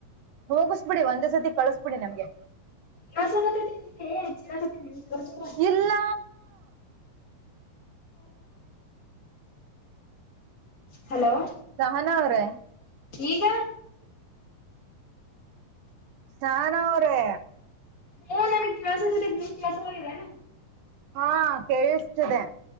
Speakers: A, on the right; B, on the left.
A: ಹೋಗಸ್ಬಿಡಿ ಒಂದೇ ಸತಿ ಕಳಸ್ಬಿಡಿ ನಮ್ಗೆ.
B: ಕೆಲಸತ್ತೈತಿ ಚೀರಕತ್ತನ ನಿ ಜೋರಾ
A: ಇಲ್ಲ
B: ಹಲೋ
A: ಸಹಾನ ಅವ್ರೇ.
B: ಈಗ
A: ಸಹನಾ ಅವರೇ
B: ಹೇ ನನಗೆ ಕೆಲಸಕ್ಕೆ ಹತ್ತ ನೀನು ಕೇಳ್ಸಲಾಗದೆನು
A: ಹಾ ಕೇಳಿಸತ್ತದೆ.